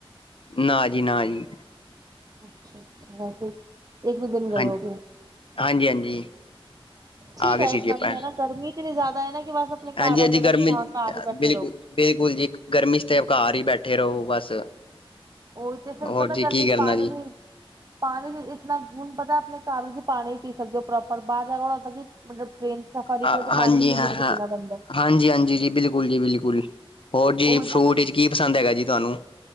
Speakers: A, on the left; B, on the right.
A: ਨਾਂ ਜੀ, ਨਾਂ ਜੀ।
B: ਅੱਛਾ, ਅੱਛਾ ਵੈਸੇ ਇੱਕ ਵੀ ਦਿਨ ਗਏ
A: ਹਾਂਜੀ
B: ਹੋਗੇ
A: ਹਾਂਜੀ-ਹਾਂਜੀ
B: ਠੀਕ
A: ਆ ਗਏ
B: ਐ
A: ਸੀ
B: ਇਤਨਾ
A: ਜੀ ਆਪਾਂ
B: ਵੀ ਹੈ ਨਾਂ ਗਰਮੀ ਇਤਨੀ ਜ਼ਿਆਦਾ ਨਾਂ ਕਿ ਬਸ ਆਪਣੇ
A: ਹਾਂਜੀ-ਹਾਂਜੀ
B: ਘਰ ਦਾ ਕਹਿੰਦਾ
A: ਗਰਮੀ
B: ਕਿ ਹਾਂ ਘਰ ਹੀ ਬੈਠੇ
A: ਬਿਲਕੁਲ
B: ਰਹੋ।
A: ਬਿਲਕੁਲ ਜੀ, ਗਰਮੀ ਤੇ ਘਾਰ ਹੀ ਬੈਠੇ ਰਹੋ ਬਸ
B: ਉਹੀ ਤੇ ਫਿਰ
A: ਹੋਰ
B: ਪਤਾ
A: ਜੀ
B: ਗਰਮੀ
A: ਕੀ ਕਰਨਾ
B: ਸਾ
A: ਜੀ
B: ਨੇ ਵੀ ਪਾਣੀ ਇਤਨਾ ਹੁਣ ਪਤਾ ਆਪਣੇ ਘਰ ਪਾਣੀ ਵੀ ਪੀ ਸਕਦੇ ਹੋ ਪ੍ਰੋਪਰ, ਬਾਹਰ ਜਾ ਕੇ ਮਤਲਬ ਟਰੇਨ ਚ
A: ਹਾਂਜੀ
B: ਪਾਣੀ ਵੀ
A: ਹਾਂ
B: ਲਿਮਿਟ
A: ਹਾਂ
B: ਚ ਪੀਣਾ ਪੈਂਦਾ
A: ਹਾਂਜੀ, ਹਾਂਜੀ ਜੀ, ਬਿਲਕੁਲ ਜੀ, ਬਿਲਕੁਲ। ਹੋਰ ਜੀ
B: ਉਹੀ
A: ਫਰੂਟ
B: ਨਾ
A: ਵਿੱਚ ਕੀ ਪਸੰਦ ਹੈਗਾ ਜੀ ਤੁਹਾਨੂੰ